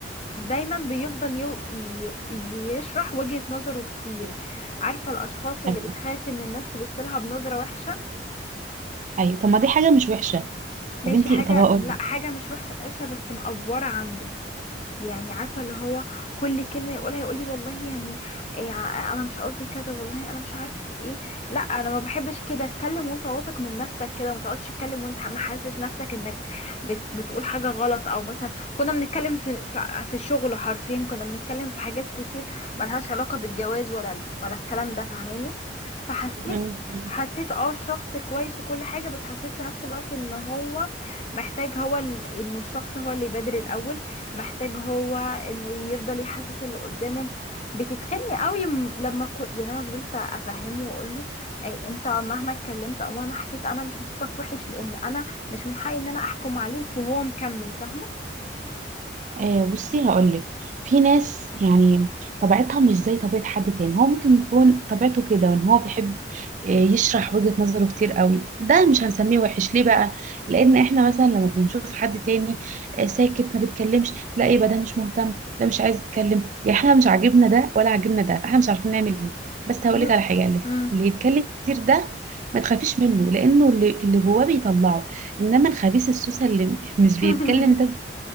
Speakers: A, on the left (about 40°); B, on the right (about 45°).
A: دايما بيفضل يو... ي- يشرح وجهة نظره كتير عارفة الاشخاص اللي
B: ايوه
A: بتخاف ان الناس تبص لها بنظرة وحشة
B: ايوه طب ما دي حاجه مش وحشه
A: ماشي
B: طب انت
A: حاجة
B: طب اقول
A: لا حاجة مش وحشة بس مقفورة عنده يعني عارفه اللي هو كل كلمه يقولها يقول لي والله يعني إيه ع- انا مش قصدي كذا والله انا مش عارف ايه لا انا ما بحبش كده اتكلم وانت واثق من نفسك كده ما تقعدش تتكلم وانت عم حاسس نفسك انك بت بتقول حاجه غلط او مثلا كنا بنتكلم في في, في الشغل حرفيا كنا بنتكلم في حاجات كتير ملهاش علاقه بالجواز ولا ولا الكلام ده فاهماني فحسيت
B: لك
A: حسيت اه الشخص كويس وكل حاجة بس حسيت في نفس الوقت ان هو محتاج هو ال... ان الشخص هو اللي يبادر الاول محتاج هو ان يفضل يحسس اللي قدامه بتتخني قوي م- لما كل... يعني انا فضلت افهمه واقول له اي انت مهما اتكلمت او مهما حكيت انا مش هشوفك وحش لان انا مش من حقي ان انا احكم عليك وهو مكمل فاهمه
B: آه بصي هقولك في ناس يعني طبيعتها مش زي طبيعة حد تاني هو ممكن يكون طبيعته كده وان هو بيحب آه يشرح وجهة نظره كتير قوي ده مش هنسميه وحش ليه بقى لان احنا مثلا لما بنشوف حد تاني آه ساكت ما بيتكلمش لا يبقى ده مش مهتم ده مش عايز يتكلم يعني احنا مش عاجبنا ده ولا عاجبنا ده فاحنا مش عارفين نعمل ايه بس هقولك
A: ب...
B: على حاجة اللي
A: مم.
B: اللي يتكلم كتير ده ما تخافيش منه لانه اللي اللي جواه بيطلعه انما الخبيث السوسه اللي <laughs> مش
A: <laughs>
B: بيتكلم ده